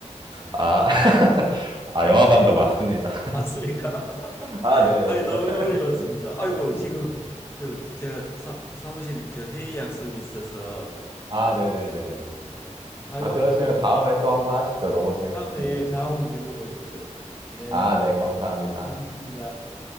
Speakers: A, on the right (about 40°); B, on the left (about 20°).
A: 아, <laughs> 아, 영화 감독 맞습니다.
B: 맞습니까? <laughs>
A: 아, 네네.
B: 아이
A: 제가
B: 너무
A: 설명을
B: 어려웠습니다.
A: 좀 이상할
B: 아이고
A: 수도
B: 지금
A: 있는데.
B: 저 제가 사, 사무실이 저 회의 약속이 있어서
A: 아, 네네네.
B: 있습니다. 아이
A: 아,
B: 오늘
A: 그러시면 다음에 또 한번 하시죠. 너무 재밌었습니다.
B: 다음에 예, 자웅을 겨뤄보시죠. 네,
A: 아, 네. 감사합니다.
B: 하셨습니다.